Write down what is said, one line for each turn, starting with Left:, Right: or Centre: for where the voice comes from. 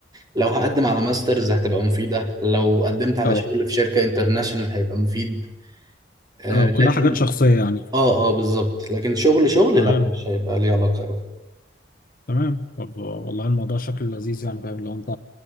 Right: لو هقدم على ماسترز هتبقى مفيدة لو قدمت على
Left: اه
Right: شغل في شركة انترناشونال هيبقى مفيد آه
Left: اه
Right: لكن
Left: كلها حاجات شخصية يعني
Right: اه اه بالظبط لكن شغل شغل
Left: تمام
Right: لا مش هيبقى ليه علاقة أوي
Left: تمام طب والله الموضوع شكله لذيذ يعني فاهم لو انت